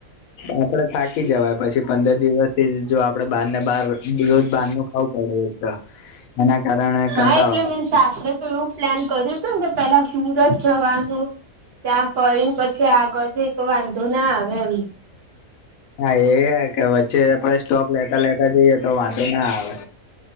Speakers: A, on the left; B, on the right.
A: આપડે થાકી જવાય પછી પંદર દિવસ થી જ જો આપડે બાર ને બાર રોજ બંધ નનું ખાવું પડે એક એના કારણે કતા
B: હા એટલે
A: વાળ
B: મીન્સ આપડે તો એવું પ્લાન કર્યું હતું ને કે પેલા સુરત જવાનું ત્યાં ફરીને પછી આગળ જઈ તો વાંધો ના આવે એમ
A: હા એ કે વચ્ચે આપડ સ્ટોક લેતા લેતા જઈએ તો વાંધો ના આવે